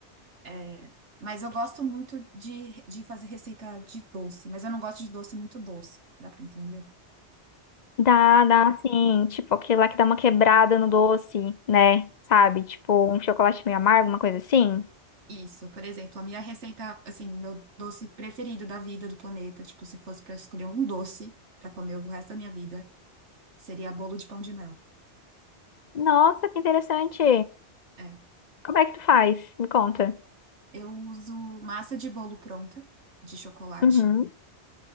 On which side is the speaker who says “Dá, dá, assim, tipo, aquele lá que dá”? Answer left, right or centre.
Left